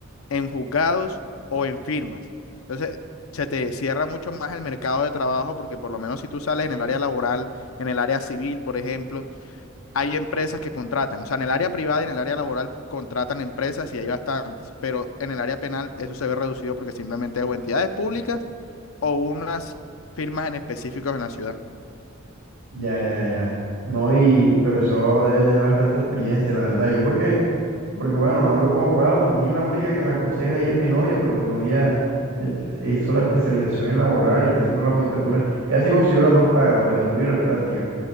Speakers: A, on the left (about 75°); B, on the right (about 80°).
A: en juzgados o en firmas. Entonces, se te cierra mucho más el mercado de trabajo porque por lo menos si tú sales en el área laboral, en el área civil, por ejemplo, hay empresas que contratan. O sea, en el área privada y en el área laboral contratan empresas y hay bastantes, pero en el área penal eso se ve reducido porque simplemente es o entidades públicas o unas firmas en específicos en la ciudad.
B: Ya, ya, ya. No, y, pero eso debe tener bastante experiencia, la verdad. Yo, ¿por qué? Porque bueno, no hablo con abogados. A mí la única que me aconseja ahí es mi novia, pero mi novia eh, hizo la especialización en laboral y está haciendo la judicatura. Ella sí consiguió las dos pagas, la judicatura y las prácticas.